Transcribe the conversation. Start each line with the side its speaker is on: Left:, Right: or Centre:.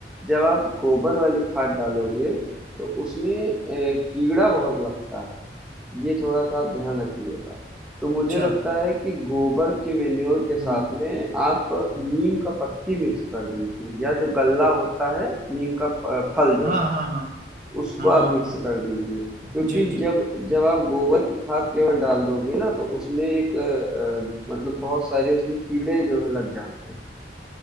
Centre: जब आप गोबर वाली खाद डालोगे तो उसमें अ, कीड़ा बहुत लगता है ये थोड़ा सा आप ध्यान रखिएगा तो मुझे
Right: अच्छा
Centre: लगता है कि गोबर के मेन्योर के साथ
Right: हम्म,
Centre: में आप नीम का पत्ती मिक्स कर दीजिए या जो गल्ला होता है नीम का अ, फल जो
Right: हाँ हाँ हाँ
Centre: उसको
Right: हाँ
Centre: आप
Right: हाँ,
Centre: मिक्स
Right: वो
Centre: कर दीजिए क्योंकि
Right: जी जी
Centre: जब जब आप गोबर की खाद केवल डाल दोगे ना तो उसमें एक अ, अ, मतलब बहुत सारे उसमें कीड़े जो है लग जाते हैं